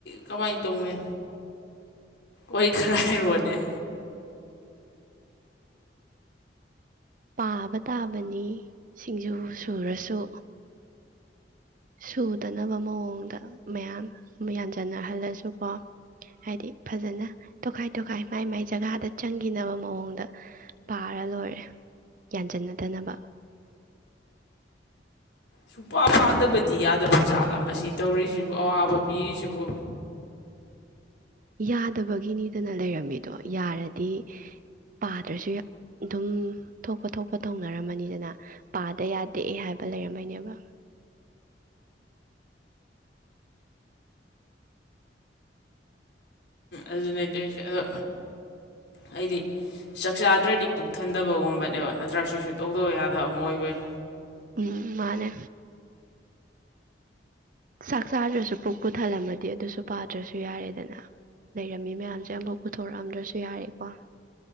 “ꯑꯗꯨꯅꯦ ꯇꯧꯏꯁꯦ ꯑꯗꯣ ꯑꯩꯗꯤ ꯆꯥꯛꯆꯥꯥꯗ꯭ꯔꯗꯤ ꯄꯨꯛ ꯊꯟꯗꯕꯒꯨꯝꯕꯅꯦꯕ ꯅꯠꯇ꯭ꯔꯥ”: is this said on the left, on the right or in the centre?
Left